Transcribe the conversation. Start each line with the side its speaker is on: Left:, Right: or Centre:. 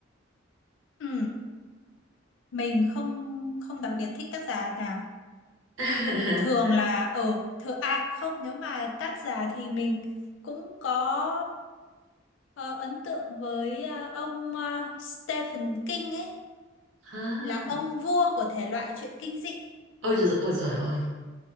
Left: ừ mình không không đặc biệt thích tác giả nào
Right: <laughs>
Left: thường là ở thường à không nếu mà tác giả thì mình cũng có ờ, ấn tượng với ờ, ông ờ, Stephen King ấy
Right: À.
Left: là ông vua của thể loại truyện kinh dị
Right: Ôi giời ôi giời ơi.